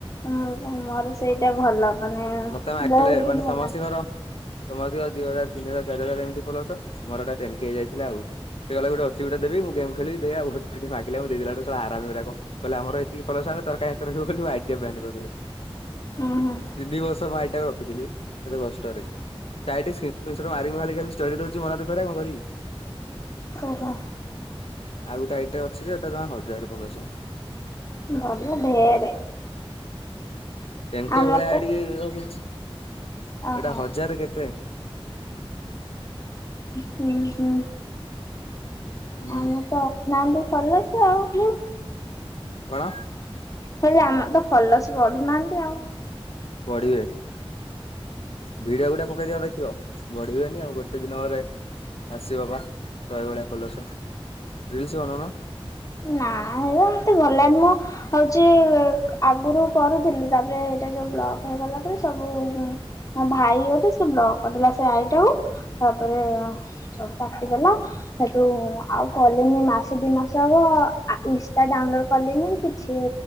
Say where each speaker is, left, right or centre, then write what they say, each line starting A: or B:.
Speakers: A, on the left; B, on the left.
A: ମୋ-ମୋର ସେଇଟା ଭଲ। ମାନେ
B: ମତେ ମାଗିଲେ
A: ବହୁତ ଦିନ
B: ମାନେ ସମସ୍ତିଙ୍କର
A: ହେଲାଣି।
B: ସମସ୍ତିଙ୍କର ଦି ହଜାର, ତିନି ହଜାର, ଚାରି ହଜାର ଏମିତି ଫଲୋର୍ସ, ମୋର ଏଇଟା ଟେନ କେ ହେଇ ଯାଇଥିଲା ଆଉ। ସେ କହିଲା ଗୋଟେ ଅଛି ଗୋଟେ ଦେବି, ମୁଁ ଗେମ୍ ଖେଳିବି ଦେ ଆଉ, ସିଠି ମାଗିଲେ ମୁଁ ଦେଇ ଦେଲା ବେଳକୁ! !!!!!!!!! ଗୁରାକ କହିଲେ ଆମର ଏତିକି ଫଲୋର୍ସ ହେଲେ ଆଇଲେ ତୋର କାଇଁ ଏତେ ଭିଡିଓ କଲୁ ଆଇ ଡ ଟିଏ ବ୍ୟାନ କରିଦେଲେ।
A: ହୁଁ ହୁଁ।
B: ତିନି ବର୍ଷ ମୋ ଆଇ ଡ ଟାକୁ ରଖିଥିଲି କେତେ କଷ୍ଟରେ। ସେ ଆଇ ଡ ସ୍କିନ ସର୍ଟ ମାରି ମାରି ଖାଲି ଷ୍ଟୋରୀ ଦଉଚି ମନ ଦୁଃଖରେ କଣ କରିବି।
A: ଓହୋ।
B: ଆଉ ଗୋଟେ ଆଇ ଡ ଟେ ଅଛି ଯେ, ତାର ଜମା ହଜାରେ ଫଲୋରସ।
A: ଭଲ ଢେରେ।
B: ଟେନ କେ
A: ଆମର
B: ଭଳିଆ
A: ତ
B: ଆଇ ଡି ହେଇଚି,
A: ଓହୋ
B: ଏଇଟା ହଜାର କେତେ।
A: ହୁଁ, ହୁଁ
B: ଉଁ
A: ଆମେ ତ ନାହାଁନ୍ତି ଫଲୋର୍ସ ଆଉ ହୁଁ।
B: କଣ?
A: ହେଲେ ଆମର ତ ଫଲୋର୍ସ ବଢୁନାହାନ୍ତି ଆଉ।
B: ବଢ଼ିବେ। ଭିଡିଓ ଗୋଟେ ପକେଇ ଦିଅ ଦେଖିବ, ବଢିବେନି ଆଉ ଗୋଟେ ଦିନରେ ଆସିବ ବା ଭାଇ ଭଳିଆ ଫଲୋରସ, ରିଲସ ବନଉନ।
A: ନା ସଗୁରା ମତେ ଭଲ ଲାଗେନି ମ। ହଉଚି ଆଗୁରୁ କରୁଥିଲି ତାପରେ ସେଇଟା ଯୋଉ ବ୍ଲକ୍ ହେଇଗଲା ପରେ ସବୁ ଉଁ ମୋ ଭାଇ ଗୋଟେ ସେ ବ୍ଲକ କରିଥିଲା ସେ ଆଇ ଟାକୁ, ତାପରେ ସବୁ କାଟିଦେଲା ସେଠୁ ଆଉ କଲିନି ମାସେ ଦି ମାସ ହବ ଇନଷ୍ଟା ଡାଉନଲୋଡ କଲିନି କିଛି